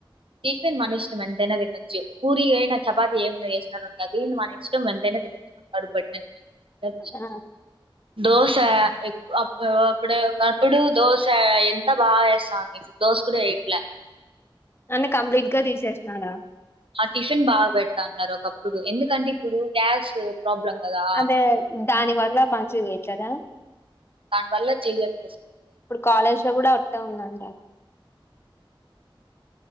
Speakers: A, on the right; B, on the left.
A: టిఫిన్ మన ఇష్టం ఎంతైనా తినొచ్చు పూరి అయినా చపాతి ఏమనా చేసినారనుకో అది మన ఇష్టం మనం ఎంతైనా తినచ్చు కడుపు బట్టే
B: ఆ
A: దోశ ఎ అప్పుడు ఒక అప్పుడు దోశ ఎంత బాగా వేస్తాను ఇప్పుడు దోశ కూడా వేయట్లా
B: అన్న కంప్లీట్ గా తీసేసినారా
A: ఆ టిఫిన్ బాగా పెడతాన్నారు ఒకప్పుడు ఎందుకంటే ఇప్పుడు గ్యాస్ ప్రాబ్లం కదా
B: అదే, దాని వల్ల మంచిగ చేయట్లేదా?
A: దాన్ వల్ల చెయ్యట్
B: ఇప్పుడు కాలేజ్ల కూడ అట్టే ఉందంట.